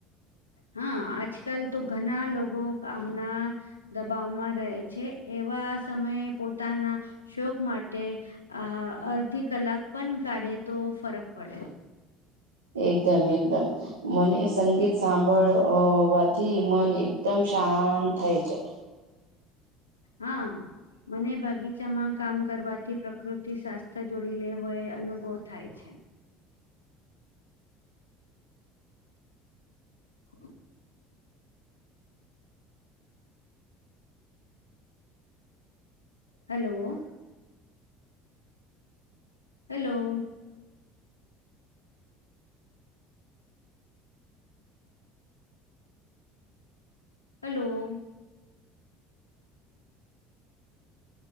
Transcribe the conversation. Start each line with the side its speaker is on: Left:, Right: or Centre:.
Left: હા, આજકાલ તો ઘણા લોકો આમના દબાવમાં રહે છે. એવા સમયે પોતાના શોક માટે આ અડધી કલાક પણ કાઢે તો ફરક પડે.
Right: એકદમ એકદમ. મને સંગીત સાંભળવાથી મન એકદમ શાંત થાય છે.
Left: હા મને બગીચામાં કામ કરવાથી પ્રકૃતિ શાસ- જોડી લે હોય અનુભવ થાય છે. હ- હલો- હેલો- હેલો-